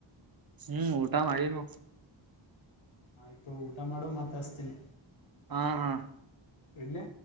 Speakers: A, on the right; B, on the left.
A: ಹ್ಮ್ ಊಟಾ ಮಾಡಿಲ್ಲ
B: ಆಯ್ತು ಊಟ ಮಾಡೋ ಮತ್ತ ಅಸ್ತೀನಿ
A: ಹಾ ಹಾ
B: ಇಡ್ಲ್ಲ